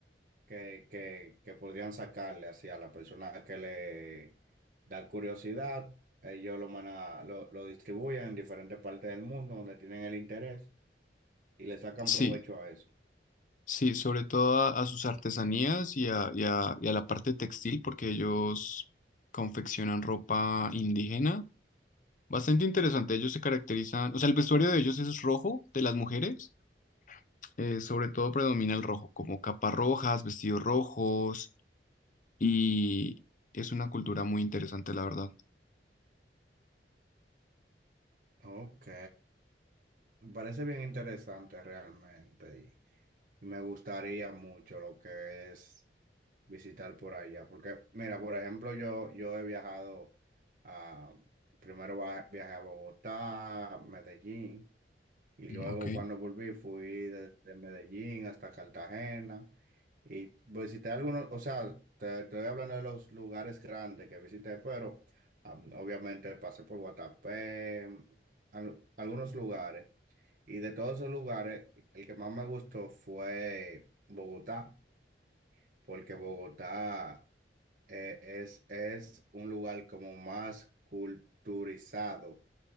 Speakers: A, on the right (about 50°); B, on the left (about 45°).
A: que, que, que podrían sacarle hacia la persona que le da curiosidad. Ellos lo, mana- lo, lo distribuyen en diferentes partes del mundo donde tienen el interés y le sacan provecho
B: Sí,
A: a eso.
B: sí, sobre todo a, a sus artesanías y a, y a, y a la parte textil, porque ellos confeccionan ropa indígena. Bastante interesante, ellos se caracterizan, o sea, el vestuario de ellos es rojo de las mujeres eh, sobre todo predomina el rojo, como capas rojas, vestidos rojos, y es una cultura muy interesante, la verdad.
A: Ok, me parece bien interesante realmente. Me gustaría mucho lo que es visitar por allá, porque mira, por ejemplo, yo, yo he viajado a, primero va- viajé a Bogotá, Medellín, y
B: Mm,
A: luego
B: Ok,
A: cuando volví fui desde Medellín hasta Cartagena y visité algunos, o sea, te, te estoy hablando de los lugares grandes que visité, pero am, obviamente pasé por Guatapé, mm, al- algunos lugares. Y de todos esos lugares, el que más me gustó fue Bogotá, porque Bogotá eh, es, es un lugar como más culturizado